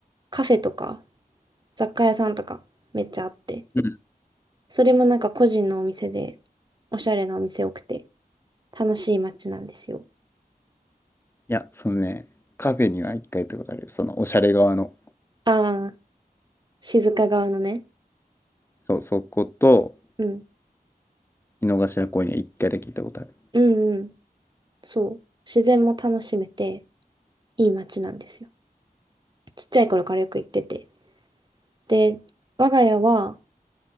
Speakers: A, on the right; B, on the left.
A: カフェとか雑貨屋さんとかめっちゃあって、
B: うん。
A: それもなんか個人のお店で、おしゃれなお店多くて、楽しい街なんですよ。
B: いや、そのね、カフェには一回行ったことある。その、おしゃれ側の。
A: ああ、静岡側のね。
B: そう、そこと、
A: うん。
B: 井の頭公園には一回だけ行ったことある。
A: うんうん。そう。自然も楽しめて、いい街なんですよ。ちっちゃい頃からよく行ってて。で、我が家は